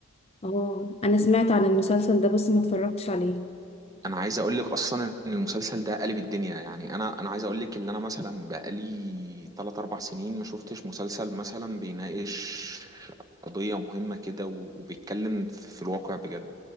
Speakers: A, on the left (about 25°); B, on the right (about 15°).
A: اه انا سمعت عن المسلسل ده بس ما اتفرجتش عليه
B: انا عايز اقول لك اصلا ان المسلسل ده قلب الدنيا يعني انا انا عايز اقول لك ان انا مثلا بقالي 3 4 سنين ما شفتش مسلسل مثلا بيناقش قضية مهمة كده و- وبيتكلم في الواقع بجد